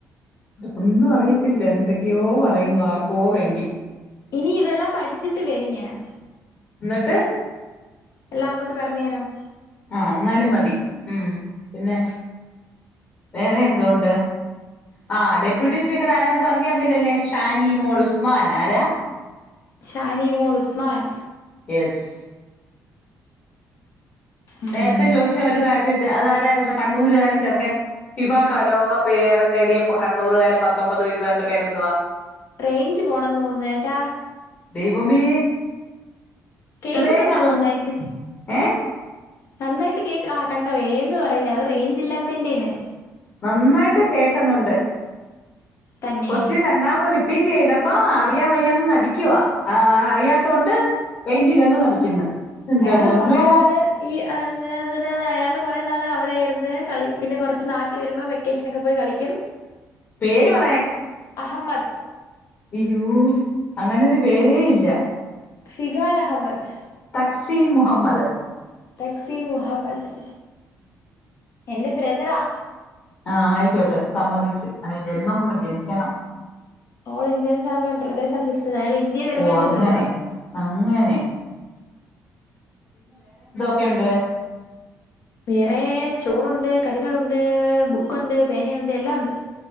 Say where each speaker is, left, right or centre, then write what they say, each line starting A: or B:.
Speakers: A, on the left; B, on the left.
A: ഒന്നും അറിയത്തില്ല എന്തൊക്കെയോ പറയുന്നു ആർക്കോ വേണ്ടി
B: ഇനി ഇതെല്ലാം പഠിച്ചിട്ട് വരും ഞാൻ
A: എന്നിട്ട്
B: എല്ലാ അങ്ങോട്ട് പറഞ്ഞു തരാം
A: ആ എന്നാലും മതി ഉം പിന്നെ വേറെ എന്തുകണ്ട് ആ ഡെപ്യൂട്ടി സ്പീക്കർ ആരാന്ന് പറഞ്ഞു തന്നില്ലല്ലേ ഷാനി മോൾ ഉസ്മാൻ ആരാ
B: ഷാനിമോൾ ഉസ്മാൻ
A: എസ്
B: ഉം
A: നേരത്തെ ചോദിച്ച ഒരു കാര്യം അതാരായിരുന്നു കണ്ണൂരുക്കാരൻ ചെറുക്കൻ ഫിഫ കാലൊഭം നേടിയപ്പോ കണ്ണൂർുകാരൻ പത്തൊമ്പത് വയസ്സുകാരന്റെ പേരെന്തുവാ
B: റേഞ്ച് പോണം തോന്നേട്ടാ
A: ദൈവമേ ഇത്രയും
B: കേക്കുന്നുണ്ടോ
A: കള്ള
B: നന്നായിട്ട്
A: ഏ
B: നന്നായിട്ട് കേക്ക ആ കണ്ടോ ഏന്ന് പറഞ്ഞ അത് റേഞ്ച് ഇല്ലാത്തെ യിന്റെയാണ്
A: നന്നായിട്ട് കേക്കുന്നുണ്ട്
B: തന്നെ
A: ക്യുഎസ്ടിയൻ രണ്ടാമത് റിപ്പീറ്റ് ചെയ്തപ്പോ അറിയാൻ വയ്യാന്നു നടിക്കാൻ ആ അറിയാത്ത കൊണ്ട് റെഞ്ചില്ലന്ന് നടിക്കുന്നു എന്റെ
B: അയാള്
A: പൊന്നോ
B: കൊറേ നാള് ഈ ഹ അയാൾ കുറെ നാള് അവിടെയായിരിന്നു കളി പിന്നെ കുറച്ച് നാട്ടിയിൽ വരുമ്പോ വെക്കേഷനൊക്കെ പോയി കളിക്കും
A: പേര് പറയാൻ
B: അഹമദ്
A: അയ്യോ അങ്ങനെ ഒരു പേരേ ഇല്ല
B: ഫിഗാർ അഹമ്മദ്
A: തക്സീൻ മുഹമ്മദ്
B: ടക്സിീൽ മുഹബത്ത് എന്റെ ബ്രദറാ
A: ആഹ ആയിക്കോട്ടെ സമ്മതിച്ച് അ ജന്മം കൂടെ ജനിക്കണം
B: all Indians are my brothers and sisters അയാൾ ഇന്ത്യയിൽ വരുമ്പോ
A: ഓ
B: എന്റെ
A: അങ്ങനെ
B: ബ്രദറ
A: അങ്ങനെ ഒക്കണ്ട്
B: വേറെ ചോറുണ്ട് കറികളുണ്ട് ബുക്കുണ്ട് പേനയുണ്ട് എല്ലാം ഉണ്ട്